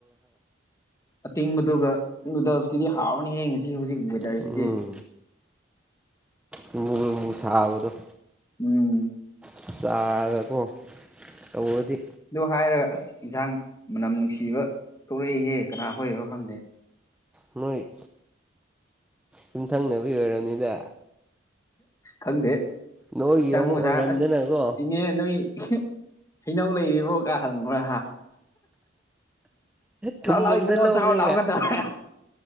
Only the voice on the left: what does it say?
ꯑꯇꯤꯡꯕꯗꯨꯒ ꯅꯨꯗꯜꯁꯀꯤꯗꯤ ꯍꯥꯎꯔꯅꯤ ꯍꯌꯦ ꯉꯁꯤ ꯍꯧꯖꯤꯛ ꯋꯦꯗꯔꯁꯤꯗꯤ
ꯎꯝ
ꯑꯗꯨꯣ ꯍꯥꯏꯔꯒ ꯑꯁ ꯏꯟꯖꯥꯡ ꯃꯅꯝ ꯅꯨꯡꯁꯤꯕ ꯊꯣꯛꯂꯛꯏꯍꯦ ꯀꯅꯥ ꯍꯣꯏꯔꯣ ꯈꯪꯗꯦ
ꯈꯟꯗꯦ
ꯆꯥꯡ
ꯃꯖꯥ
ꯑꯁ ꯏꯅꯦ ꯅꯣꯏ ꯍꯩꯅꯧ ꯂꯩꯔꯤꯕ ꯐꯣ ꯀ ꯍꯪꯕ꯭ꯔꯥ
ꯂꯥꯛꯑꯣ ꯂꯥꯛꯑꯣ
ꯏꯕꯨꯡꯉꯣ
ꯆꯥꯎꯋ ꯂꯥꯛꯑꯣꯒꯗꯕꯅꯦ